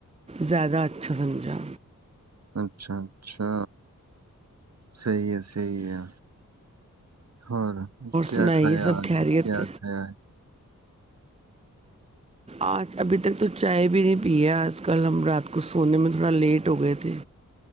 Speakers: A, on the right; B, on the right.
A: زیادہ اچھا سمجھا
B: اچھا اچھا صحی ہے سحی ہے اور کیا
A: سنائیے
B: کھایا
A: سب
B: آج
A: خیریت
B: کیا کھیا ہے
A: آج ابھی تک تو چائے بھی نہیں پ ہے آج کل ہم رات کو سونے میں تھوڑا لیٹ ہو گئے تھے